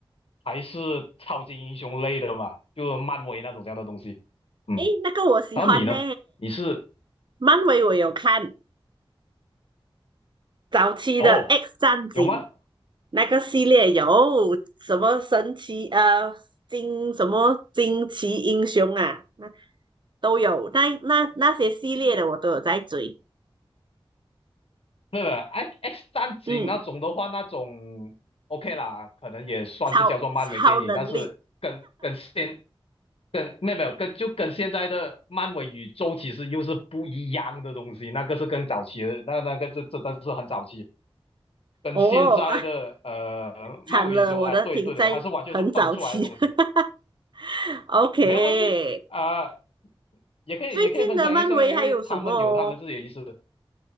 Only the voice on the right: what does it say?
诶，那个我喜欢呢，
漫威我有看，早期的《X
战警》
那个系列有什么神奇呃惊什么惊奇英雄啊，那都有，那那那些系列的我都有在追。
嗯。
超超能力
哦啊，惨了，我的停在很早期。
<laughs> OK，
最近的漫威还有什么？